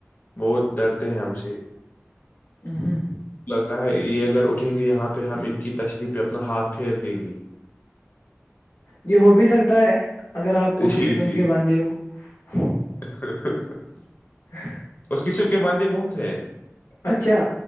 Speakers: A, on the left (about 40°); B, on the left (about 85°).
A: بہت ڈرتے ہیں ہم سے
B: ہ ہوں
A: تا یہ اگر اٹھیں گے یہاں پہ ہم ان کی تچری پہ اپنا ہاتھ پھیر دیں گے
B: جی ہو بھی سکتا ہے اگر آپ اس
A: جی
B: قسم
A: جی
B: کے باندھے ہو ہاں
A: <unintelligible>
B: ہ
A: کسم کے بندے بہت ہیں
B: اچھا